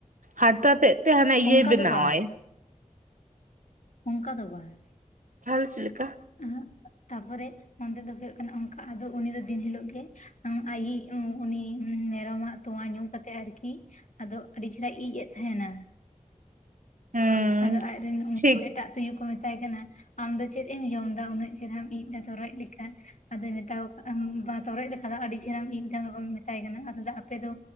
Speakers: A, on the right; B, on the left.
A: ᱦᱟᱨᱛᱟ ᱛᱮᱫ ᱛᱮ ᱦᱟᱱᱟ ᱤᱭᱟᱹᱭ
B: ᱚᱱᱠᱟ
A: ᱵᱮᱱᱟᱣᱟᱭ
B: ᱫᱚ ᱵᱟᱝ ᱚᱱᱠᱟ ᱫᱚ ᱵᱟᱝ
A: ᱛᱟᱦᱚᱞᱮ ᱪᱮᱫ ᱞᱮᱠᱟ
B: ᱩᱸᱦᱩᱜ ᱛᱟᱯᱚᱨᱮ ᱚᱸᱰᱮ ᱫᱚ ᱦᱩᱭᱩᱜ ᱠᱟᱱᱟ ᱚᱱᱠᱟ ᱟᱫᱚ ᱩᱱᱤ ᱫᱚ ᱫᱤᱱ ᱦᱤᱞᱚᱜ ᱜᱮ ᱟᱭᱤᱡ ᱩᱱᱤ ᱢᱮᱨᱚᱢᱟᱜ ᱛᱚᱣᱟ ᱧᱩ ᱠᱟᱛᱮᱜ ᱟᱨᱠᱤ ᱟᱫᱚ ᱟᱹᱰᱤ ᱪᱮᱨᱦᱟᱭ ᱤᱡ ᱮᱫ ᱛᱟᱦᱮᱱᱟ
A: ᱦᱩᱸ
B: ᱟᱫᱚ ᱟᱡ ᱨᱮᱱ <unintelligible>
A: ᱴᱷᱤᱠ
B: ᱮᱴᱟᱜ ᱛᱩᱭᱩ ᱠᱚ ᱢᱮᱛᱟᱭ ᱠᱟᱱᱟ ᱟᱢ ᱫᱚ ᱪᱮᱫ ᱮᱢ ᱡᱚᱢᱮᱫᱟ ᱩᱱᱟᱹᱜ ᱪᱮᱨᱦᱨᱟᱢ ᱤᱡ ᱮᱫᱟ ᱛᱚᱨᱚᱡ ᱞᱮᱠᱟ ᱟᱫᱚᱭ ᱢᱮᱛᱟ ᱠᱚ <unintelligible> ᱵᱟᱝ ᱛᱚᱨᱚᱡ ᱞᱮᱠᱟ ᱫᱚ ᱟᱹᱰᱤ ᱪᱮᱦᱨᱟᱢ ᱤᱡ ᱮᱫᱟ ᱢᱮᱛᱟᱭ ᱠᱟᱱᱟ <unintelligible> ᱟᱯᱮ ᱫᱚ